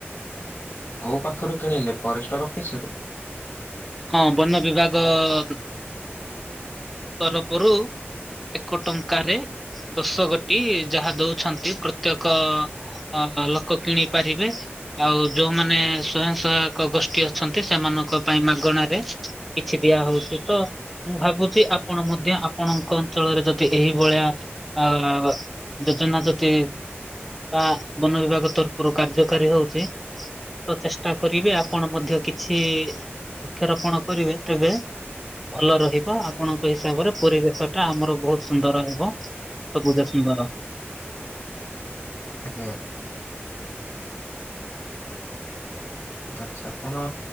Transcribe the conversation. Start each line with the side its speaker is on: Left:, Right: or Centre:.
Left: କୋଉ ପାଖରୁ କିଣିଲେ ପରେଷ୍ଟର ଅଫିସିରୁ?
Centre: ହଁ ବନ ବିଭାଗ ତରପରୁ ଏକ ଟଙ୍କାରେ ଦଶ ଗୋଟି ଯାହା ଦଉଛନ୍ତି ପ୍ରତ୍ୟେକ ଅ ଲୋକ କିଣି ପାରିବେ ଆଉ ଯୋଉମାନେ ସ୍ଵୟଂ ସହାୟକ ଗୋଷ୍ଠୀ ଅଛନ୍ତି ସେମାନେ ଙ୍କ ପାଇଁ <unintelligible> ମାଗଣାରେ କିଛି ଦିଆହଉଛି ତ, ମୁଁ ଭାବୁଛି ଆପଣ ମଧ୍ୟ ଆପଣଙ୍କ ଅଞ୍ଚଳରେ ଯଦି ଏହି ଭଳିଆ ଅ ଯୋଜନା ଯଦି ବା ବନ ବିଭାଗ ତରଫରୁ କାର୍ଯ୍ୟକାରୀ ହଉଛି ତ ଚେଷ୍ଟା କରିବେ ଆପଣ ମଧ୍ୟ କିଛି ବୃକ୍ଷରୋପଣ କରିବେ, ତେବେ ଭଲ ରହିବ, ଆପଣଙ୍କ ହିସାବରେ ପରିବେଶ ଟା ଆମର ବହୁତ ସୁନ୍ଦର ହେବ। ସବୁଜ ସୁନ୍ଦର।
Left: ଆଜ୍ଞା। ଆଛା, ଆପଣ